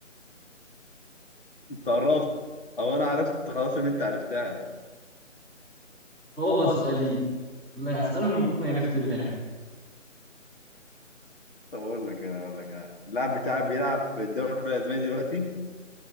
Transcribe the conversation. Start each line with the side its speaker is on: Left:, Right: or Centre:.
Left: انت قربت او انا عرفت خلاص ان انت عرفتها
Centre: هو سؤالي لا اسألهم وأكون عرفت اللاعب
Left: طب اقول لك انا اقول لك أنا. اللاعب بتاعك بيلعب في الدوري الاسباني دلوقتي